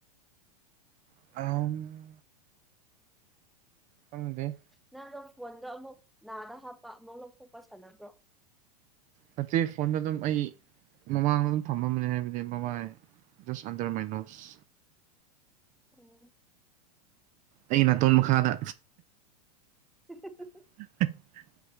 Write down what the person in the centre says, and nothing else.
ꯅꯪꯒꯤ ꯐꯣꯟꯗ ꯑꯃꯨꯛ ꯅꯥꯗ ꯍꯥꯞꯄ ꯑꯃꯨꯛ ꯂꯧꯊꯣꯛꯄ ꯁꯥꯟꯅꯕ꯭ꯔꯣ
ꯑꯣ
<inaudible>